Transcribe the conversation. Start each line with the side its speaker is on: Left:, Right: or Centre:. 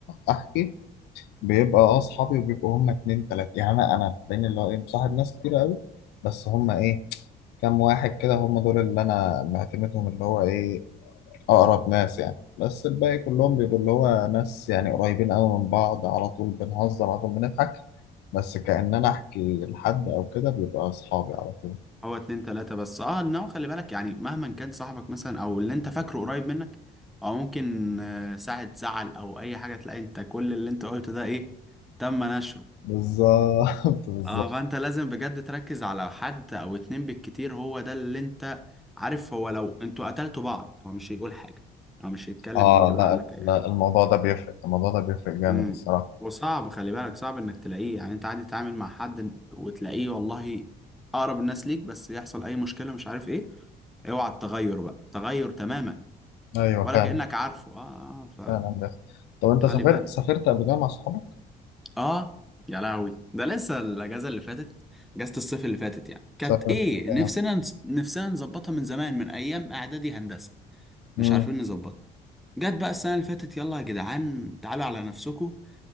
Left: احكي بيبقى اه اصحابي وبيبقوا هم اتنين تلاته يعني انا انا تلاقيني اللي هو ايه مصاحب ناس كتير قوي بس هم ايه كام واحد كده هم دول اللي انا معتمدهم اللي هو ايه أقرب ناس يعني بس الباقي كلهم بيبقوا اللي هو ناس يعني قريبين أوي من بعض على طول بنهزر على طول بنضحك بس كأن أنا أحكي لحد أو كده بيبقى أصحابي على طول
Centre: هو اتنين تلاتة بس اه انه خلي بالك يعني مهما كان صاحبك مثلا او اللي انت فاكره قريب منك او ممكن آه، ساعة زعل او اي حاجة تلاقي انت كل اللي انت قلته ده ايه تم نشره
Left: بالظبط <laughs> بالظبط
Centre: اه فانت لازم بجد تركز على حد او اتنين بالكتير هو ده اللي انت عارف هو لو انتوا قتلتوا بعض هو مش هيقول حاجة هو مش هيتكلم
Left: آه
Centre: او يقول
Left: لا
Centre: عنك اي
Left: لا،
Centre: حاجة
Left: الموضوع ده بيفرق الموضوع ده بيفرق جامد
Centre: امم
Left: الصراحة
Centre: وصعب خلي بالك صعب انك تلاقيه يعني انت عادي تتعامل مع حد وتلاقيه والله اقرب الناس ليك بس يحصل اي مشكلة مش عارف ايه اوعى التغير بقى تغير تماما
Left: أيوه
Centre: ولا
Left: فعلا
Centre: كأنك عارفه اه اه
Left: فعلا بس طب أنت
Centre: فخلي
Left: سافرت
Centre: بالك
Left: سافرت قبل كده مع أصحابك؟
Centre: اه يا لهوي ده لسه الاجازة اللي فاتت اجازة الصيف اللي فاتت يعني كانت
Left: سافرت
Centre: ايه
Left: آه.
Centre: نفسنا نفسنا نظبطها من زمان من ايام اعدادي هندسة
Left: مم.
Centre: مش عارفين نظبطها جت بقى السنة اللي فاتت يلا يا جدعان تعالوا على نفسكم